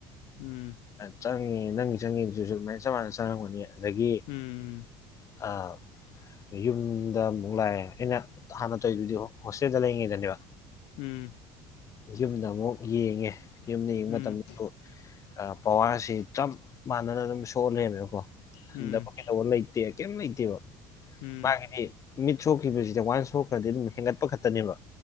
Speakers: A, on the left; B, on the left.
A: ꯎꯝ
B: ꯆꯪꯉꯦ ꯅꯪꯒꯤ ꯆꯪꯉꯤꯗꯨꯁꯨ ꯑꯗꯨꯃꯥꯏꯅ ꯆꯞ ꯃꯥꯟꯅ ꯆꯪꯉꯝꯒꯅꯤ ꯑꯗꯒꯤ
A: ꯎꯝ ꯎꯝ
B: ꯑꯥ ꯌꯨꯝꯗ ꯑꯃꯨꯛ ꯂꯥꯛꯑꯦ ꯑꯩꯅ ꯍꯥꯟꯅ ꯇꯧꯔꯤꯗꯨꯗꯤ ꯍꯣꯁꯇꯦꯜꯗ ꯂꯩꯔꯤꯉꯩꯗꯅꯦꯕ
A: ꯎꯝ
B: ꯌꯨꯝꯗ ꯑꯃꯨꯛ ꯌꯦꯡꯉꯦ ꯌꯨꯝꯗ ꯌꯦꯡꯕ
A: ꯎꯝ
B: ꯃꯇꯝꯗꯁꯨ ꯑꯥ ꯄꯋꯥꯔꯁꯤ ꯆꯞ ꯃꯥꯟꯅꯅ ꯑꯗꯨꯝ ꯁꯣꯛꯑꯥꯂꯦꯃꯦꯕꯀꯣ ꯍꯟꯊꯕ
A: ꯎꯝ
B: ꯀꯩꯗꯧꯕ ꯂꯩꯇꯦ ꯀꯩꯝ ꯂꯩꯇꯦꯕ
A: ꯎꯝ
B: ꯃꯥꯒꯤꯗꯤ ꯃꯤꯠ ꯁꯣꯛꯈꯤꯕꯁꯤꯗ ꯋꯥꯅ ꯁꯣꯛꯈ꯭ꯔꯗꯤ ꯑꯗꯨꯝ ꯍꯦꯟꯒꯠꯄ ꯈꯛꯇꯅꯦꯕ